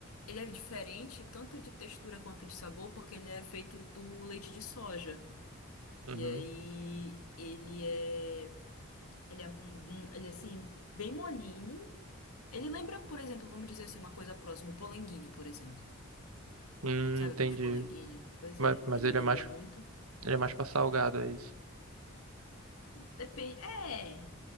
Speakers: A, on the left (about 85°); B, on the right (about 80°).
A: ele é diferente tanto de textura quanto de sabor, porque ele é feito do leite de soja.
B: Uhum.
A: E aí ele é, ele é, um- um- ele é assim bem molinho. Ele lembra, por exemplo, vamos dizer assim, uma coisa próxima, o polenguinho, por exemplo.
B: Hum,
A: Sabe
B: entendi.
A: aqueles polenguinho? Pois
B: Mas,
A: é,
B: mas
A: ele
B: ele
A: lembra
B: é mais,
A: muito
B: ele é mais pra salgado, é isso?
A: Depende, é,